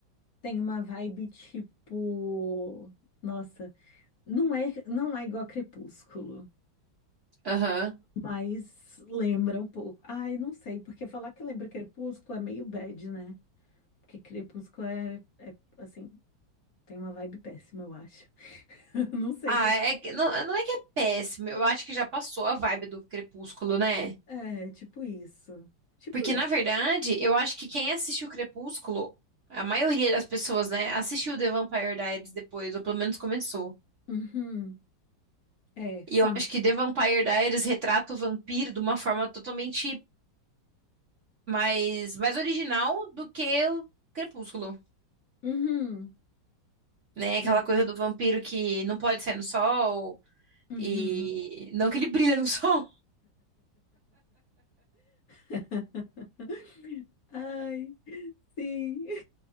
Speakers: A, on the left; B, on the right.
A: tem uma vibe tipo, nossa, não é, não é igual a Crepúsculo.
B: Aham.
A: Mas lembra um pouco. Ai, não sei, porque falar que lembra Crepúsculo é meio bad, né? Porque Crepúsculo é, é, assim, tem uma vibe péssima, eu acho. <laughs> Não sei
B: Ah,
A: o que.
B: é, que- não, não é que é péssimo. Eu acho que já passou a vibe do Crepúsculo, né?
A: É, tipo isso. Tipo
B: Porque,
A: isso.
B: na verdade, eu acho que quem assistiu Crepúsculo, a maioria das pessoas, né, assistiu The Vampire Diaries depois, ou pelo menos começou.
A: Uhum. É, sim.
B: E eu acho que The Vampire Diaries retrata o vampiro de uma forma totalmente mais, mais original do que o Crepúsculo,
A: Uhum.
B: né?
A: Sim.
B: Aquela coisa do vampiro que não pode sair no sol.
A: Uhum.
B: E não que ele brilha no <laughs> sol,
A: <laughs> Ai, sim. <laughs>